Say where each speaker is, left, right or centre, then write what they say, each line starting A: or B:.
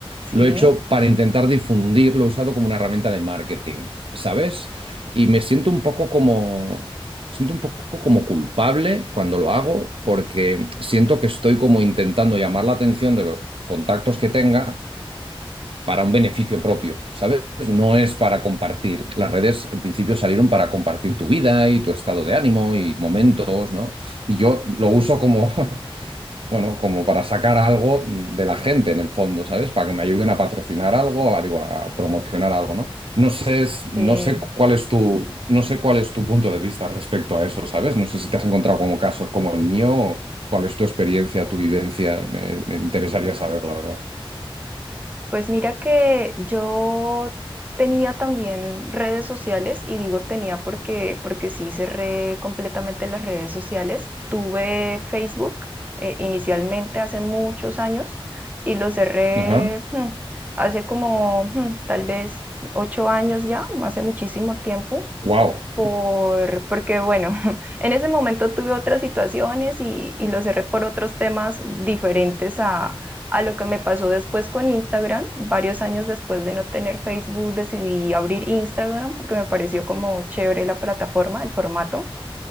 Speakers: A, on the right (about 15°); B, on the right (about 65°).
A: Sí,
B: lo he hecho para intentar difundir, lo he usado como una herramienta de marketing, ¿sabes? Y me siento un poco como, siento un poco como culpable cuando lo hago porque siento que estoy como intentando llamar la atención de los contactos que tenga para un beneficio propio, ¿sabes? No es para compartir. Las redes en principio salieron para compartir tu vida y tu estado de ánimo y momentos, ¿no? Y yo lo uso como, <laughs> bueno, como para sacar algo de la gente en el fondo, ¿sabes? Para que me ayuden a patrocinar algo, a, digo, a promocionar algo, ¿no? No sé,
A: sí.
B: no sé cuál es tu, no sé cuál es tu punto de vista respecto a eso, ¿sabes? No sé si te has encontrado como casos como el mío, o cuál es tu experiencia, tu vivencia, me, me interesaría saber, la verdad.
A: Pues mira que yo tenía también redes sociales y digo tenía porque, porque sí cerré completamente las redes sociales. Tuve Facebook eh, inicialmente hace muchos años y lo cerré
B: Ajá.
A: hmm, hace como hmm, tal vez ocho años ya, hace muchísimo tiempo
B: Wow.
A: por, porque bueno, <laughs> en ese momento tuve otras situaciones y, y lo cerré por otros temas diferentes a, a lo que me pasó después con Instagram. Varios años después de no tener Facebook, decidí abrir Instagram porque me pareció como chévere la plataforma, el formato.